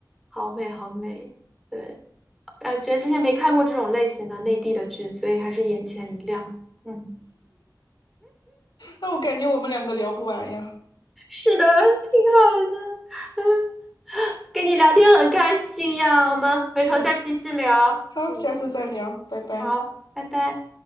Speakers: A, in the centre; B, on the left.
A: 好美，好美。对，感觉之前没看过这种类型的内地的剧，所以还是眼前一亮。嗯。
B: 那我感觉我们两个聊不完呀。
A: 是的，挺好的。嗯，跟你聊天很开心呀，我们回头再继续聊。
B: 嗯，好，
A: 嗯，
B: 下次再聊，拜拜。
A: 好，拜拜。